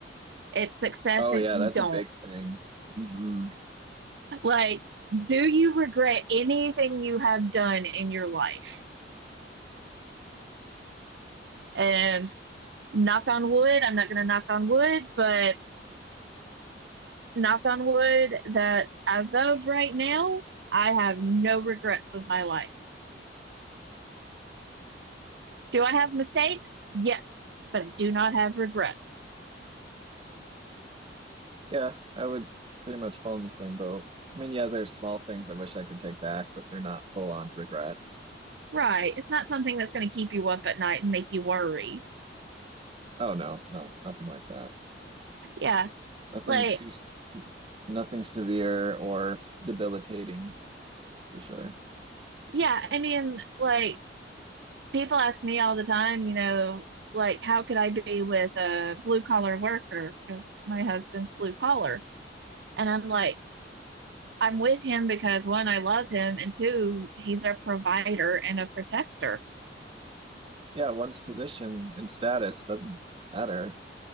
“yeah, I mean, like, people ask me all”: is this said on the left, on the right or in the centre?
Right